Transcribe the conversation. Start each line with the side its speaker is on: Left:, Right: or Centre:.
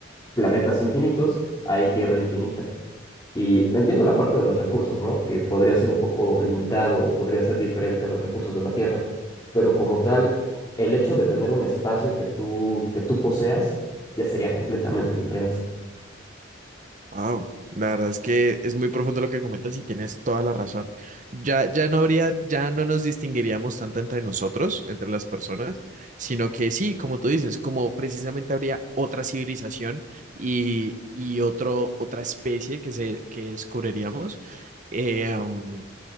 Left: planetas infinitos, hay tierra infinita. Y entiendo la parte de los recursos, ¿no? Que podría ser un poco limitado o podría ser diferente a los recursos de la Tierra, pero como tal, el hecho de tener un espacio que tú, que tú poseas ya sería completamente diferente.
Right: Wow, la verdad es que es muy profundo lo que comentas y tienes toda la razón. Ya, ya no habría, ya no nos distinguiríamos tanto entre nosotros, entre las personas, sino que sí, como tú dices, como precisamente habría otra civilización y, y otro, otra especie que, se, que descubriríamos. eh, um,